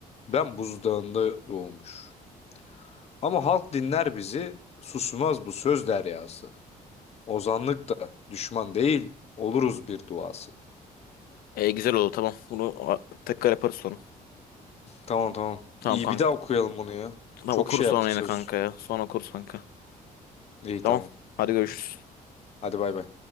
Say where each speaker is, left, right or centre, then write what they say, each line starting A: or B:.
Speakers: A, on the left (about 45°); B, on the left (about 75°).
A: Ben buzdağında doğmuş. Ama halk dinler bizi, susmaz bu söz deryası. Ozanlık da düşman değil, oluruz bir duası.
B: E, güzel oldu tamam. Bunu a, tekrar yaparız sonra.
A: Tamam tamam.
B: Tamam
A: İyi
B: kanka.
A: bir daha okuyalım bunu ya.
B: Tamam
A: Çok
B: okuruz
A: şey
B: sonra
A: yaptık
B: yine
A: söz.
B: kanka ya. Sonra okuruz kanka.
A: İyi
B: Tamam.
A: tamam.
B: Hadi görüşürüz.
A: Hadi bay bay.